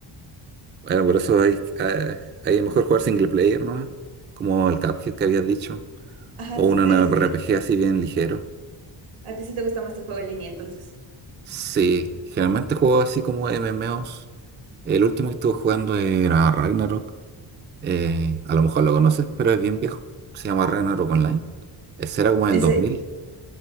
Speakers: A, on the right (about 25°); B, on the right (about 90°).
A: Bueno, por eso hay, eh, hay mejor jugar single player, ¿no? Como el Cuphead que habías dicho.
B: <laughs> Ajá,
A: O
B: entonces,
A: un
B: te-
A: RPG
B: así,
A: así bien ligero.
B: A ti sí te gusta más el juego en línea, entonces.
A: Sí, generalmente juego así como MMOs. El último que estuve jugando era Ragnarok. Eh, a lo mejor lo conoces, pero es bien viejo. Se llama Ragnarok Online. Ese era como del
B: Ese,
A: dos mil